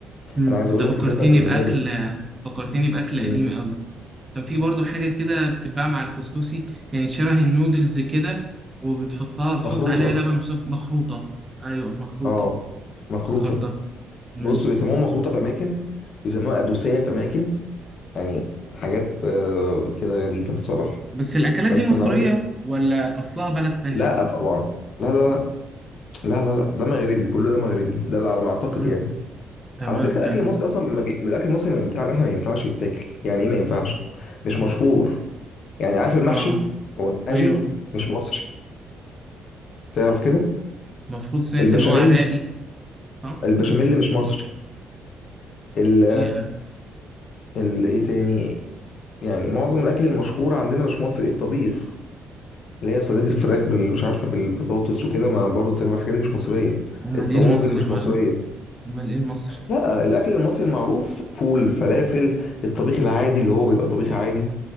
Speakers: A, on the right (about 20°); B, on the left (about 60°).
A: امم
B: انا عايز اقول
A: انت فكرتني
B: لك اساسا ان
A: باكل
B: انا د-
A: فكرتني باكل
B: مم.
A: قديم قوي كان في برضه حاجة كده بتتباع مع الكسكسي كانت شبه النودلز كده وبتحطها بتحط
B: مخروطه
A: عليها لبن وسكر مخروطة ايوه مخروطة
B: اه مخروطه
A: افتكرتها امم
B: بص بيسموها مخروطه في اماكن بيسموها ادوسيه في اماكن يعني حاجات آه، كده غريبه الصراحه
A: بس الاكلات
B: بس
A: دي مصرية
B: انا عايز أقول-
A: ولا اصلها بلد تانية
B: لا طبعا لا لا لا لا لا ده مغربي كله ده مغربي ده اللي على ما اعتقد
A: تمام
B: يعني
A: تمام
B: على فكره الاكل
A: فهمت
B: المصري اصلا ما بي... الاكل المصري ما- بتاعنا احنا ما ينفعش يتاكل يعني ايه ما ينفعش مش مشهور يعني عارف المحشي
A: اه
B: هو المحاشي
A: ايوه
B: مش مصري تعرف كده
A: المفروض سمعت
B: البشاميل
A: ان هو عراقي صح؟
B: البشاميل مش مصري ال-
A: هي
B: ال- ايه تاني يعني معظم الاكل المشهور عندنا مش مصري الطبيخ اللي هي صينيه الفراخ بال مش عارفه بالبطاطس وكده ما برضه تبقى الحاجات دي مش مصريه
A: امال
B: الطواجن
A: ايه المصري
B: مش
A: يا معلم
B: مصريه
A: امال ايه المصري
B: لا الاكل المصري المعروف فول فلافل الطبيخ العادي اللي هو بيبقى طبيخ عادي